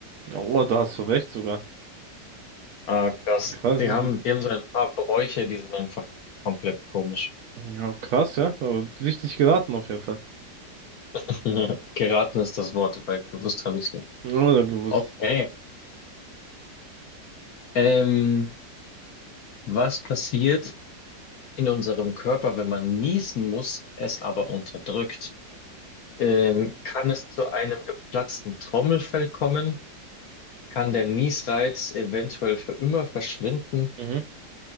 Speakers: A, on the right; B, on the left.
A: Oh, da hast du recht sogar.
B: Ah, krass.
A: Krass,
B: Die
A: wie,
B: haben, die haben so ein paar Bräuche, die sind einfach komplett komisch.
A: ja, krass, ja. Aber richtig geraten auf jeden Fall.
B: <laughs> Geraten ist das Wort, weil gewusst habe ich es nicht.
A: Oder gewusst.
B: Okay. Ähm, was passiert, in unserem Körper, wenn man niesen muss, es aber unterdrückt. Ähm, kann es zu einem geplatzten Trommelfell kommen? Kann der Niesreiz eventuell für immer verschwinden?
A: Mhm.